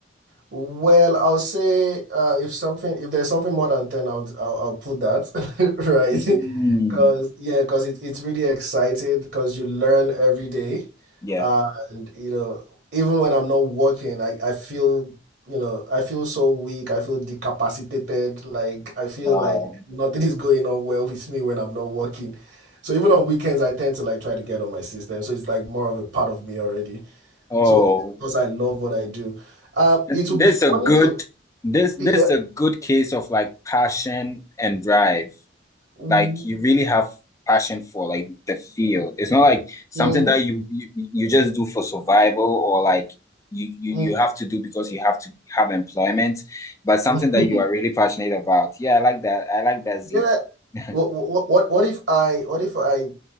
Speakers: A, on the right; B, on the left.
A: Well, I'll say uh, if something if there's something more than 10, I'll I'll, I'll put that <laughs> right
B: now? Mm,
A: because yeah, because it, it's really exciting because you learn every day,
B: yeah.
A: uh, and you know even when I'm not working, I, I feel you know I feel so weak, I feel decapacitated, like I feel
B: Wow.
A: like nothing is going on well with me when I'm not working. So even on weekends, I tend to like try to get on my system. So it's like more of a part of me already.
B: Oh,
A: So, because I love what I do, uh, it
B: this
A: would be funny
B: is a good.
A: to,
B: This this
A: yeah,
B: is a good case of like passion and drive.
A: Mhm,
B: like you really have passion for like the field. It's not like something
A: mhm,
B: that you you, you just do for survival or like you, you
A: mm, mhm.
B: you have to do because you have to have employment, but something
A: <laughs>
B: that you are really passionate about. Yeah, I like that. I like that zeal.
A: Yeah.
B: <laughs>
A: What, what, what what if I, what if I